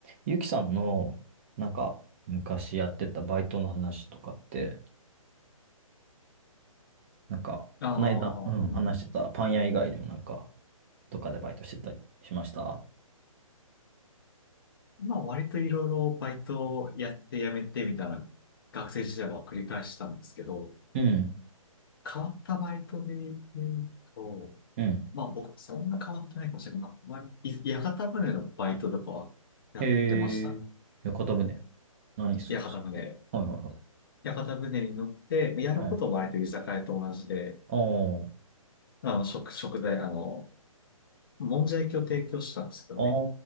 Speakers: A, on the right; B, on the left.
A: ゆきさんの、なんか、昔やってたバイトの話とかって、なんか、
B: ああ、
A: この間、うん、
B: うん。
A: 話してたパン屋以外にもなんか、どっかでバイトしてたりしました
B: まあ割といろいろバイトをやって辞めてみたいな学生時代は繰り返したんですけど、
A: うん、
B: 変わったバイトで言うと、
A: うん。
B: まあ僕そんな変わってないかもしれない。まあ、まあい屋形船のバイトとかはやってましたね。
A: へえ。屋形船、何するんですかはいはいは
B: 屋形船。屋形船に乗って、やることは割と居酒屋と同じで、
A: い。はい。あ
B: あの食、食材、あの、もんじゃ焼きを提供したんですけどね。
A: あ、ああ、